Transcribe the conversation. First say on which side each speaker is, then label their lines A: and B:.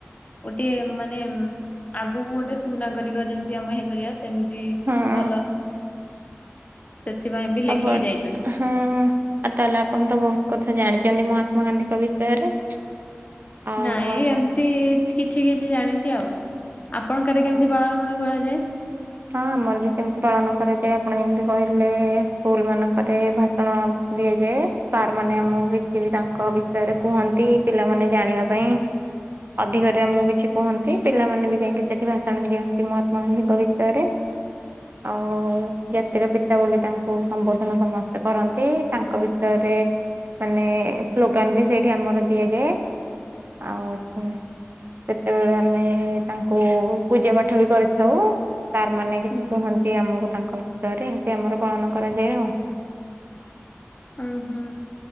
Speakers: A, on the left; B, on the right.
A: ଗୋଟେ ମାନେ ଆଗକୁ ଗୋଟେ ସୁନାଗରିକ ଯେମିତି ଆମେ ହେଇପାରିବା ସେମିତି
B: ହଁ
A: ଭଲ ସେ ସେଥିପାଇଁ ବି ଲେଖିକି
B: ଆଣ
A: ଯାଇଛନ୍ତି
B: ହଁ ଆ ତାହଲେପଣ ତ ବହୁତ କଥା ଜାଣିଛନ୍ତି ମହାତ୍ମା ଗାନ୍ଧୀଙ୍କ ବିଷୟରେ ଆଉ
A: ନାଇଁ
B: ଆପଣ
A: ଏମିତି କିଛି କିଛି ଜାଣିଛି ଆଉ ଆପଣଙ୍କଟରେ କେମିତି
B: ହଁ
A: ପାଳଣ କରାଯାଏ?
B: ହଁ ଆମର ବି ସେମିତି ପାଳନ କରାଯାଏ ଆପଣ ଯେମିତି କହିଲେ ସ୍କୁଲ ମାନଙ୍କରେ ଭାଷଣ ଦିଆଯାଏ ସାର୍ ମାନେ ଆମକୁ କିଛି ତାଙ୍କ ବିଷୟରେ କୁହନ୍ତି ପିଲାମାନେ ଜାଣିବା ପାଇଁ ଅଧିକରେମକୁ କିଛି କୁହନ୍ତି ପିଲାମାନେ ବି ଯାଇଁକି ସେଠି ଭାଷଣ ଦିଅନ୍ତି ମହାତ୍ମା ଗାନ୍ଧୀଙ୍କ ବି ସରେ ଆଉ ଜାତିର ପିତା ବୋଲି ତାଙ୍କୁ ସମ୍ବୋଧନ ସମସ୍ତେ କରନ୍ତି ତାଙ୍କ ଭିତରେ ମାନେ ସ୍ଲୋଗାନ ବି ସେଇଠି ଆମର ଦିଆଯାଏ। ଆଉ ହ ସେତେବେଳେ ଆମେ ତାଙ୍କୁ ପୂଜା ପାଠ ବି କରିଥାଉ। ସାର୍ ମାନେ କିଛି
A: ହୁଁ
B: କୁହନ୍ତି ଆମକୁ ତାଙ୍କ କତ୍ରରେ ଏମିତି ଆମର ପାଳନ କରାଯାଏ ଆଉ।
A: ହଁ ହୁଁ